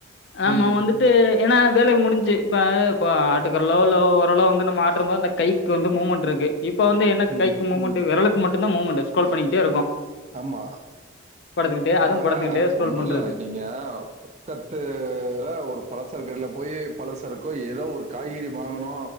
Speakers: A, on the left; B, on the right.
A: ஆமா
B: ம்.
A: வந்துட் ட்டு ஏனா வேலை முடிஞ்சு இப்ப இப்ப ஆட்டுக்கற்லோ லோ ஓரலோ வந்து நம்ம ஆற்றம் போது அந்த கைக்கு வந்து மூவ்மெண்ட் இருக்கு இப்ப வந்து என்ன
B: ம்.
A: கைக்கு மூமெண்ட்டு வெரலுக்கு மட்டுந்தா மூமெண்ட்டு ஸ்க்ரோல் பண்ணிக்கிட்டே இருக்கோ
B: ஆமா
A: படுத்துக்கிட்டே
B: இப்ப
A: அதுவு படுத்துக்கிட்டே ஸ்க்ரோல்
B: ஒன்னுல்ல
A: பண்றது
B: நீங்க பக்கத்தூல ஒரு பலசரக் கடைல போயி பலசரக்கோ எதோ ஒரு காய்கறி வாங்கணு